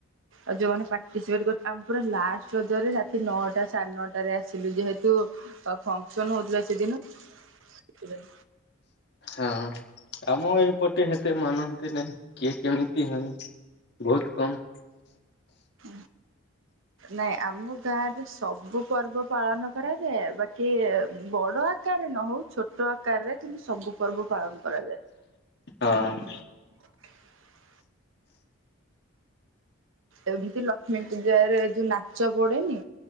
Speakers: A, on the right; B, on the left.
A: ଆଉ ଯୋଉମାନେ ପାର୍ଟିସିପେଟ୍ କର ଆମେ ପୁରା ଲାଷ୍ଟ ରଜରେ ରାତି ନଅଟା ସାଢ଼େ ନଅଟାରେ ଆସିଲୁ ଯେହେତୁ ଆ ଫଙ୍କସନ୍ ହଉଥୁଲା ସେଦିନ ସେଥିପାଇଁ।
B: ହଁ ଆମ ଏପଟେ ହେତେ ମାନନ୍ତି ନାଇଁ କିଏ କେମିତି ହେମ୍ ବହୁତ କମ୍।
A: ଓ। ନାଇଁ ଆମ ଗାଁରେ ସବୁ ପର୍ବ ପାଳନ କରାଯାଏ ବାକି ବଡ଼ ଆ କାରରେ ନ ହଉ ଛୋଟ ଆକାରରେ କିନ୍ତୁ ସବୁ ପର୍ବ ପାଳନ କରାଯାଏ।
B: ହଁ।
A: <inaudible> ଏମିତି ଲକ୍ଷ୍ମୀ ପୂଜାରେ ଯୋଉ ନାଚ ପଡେନି?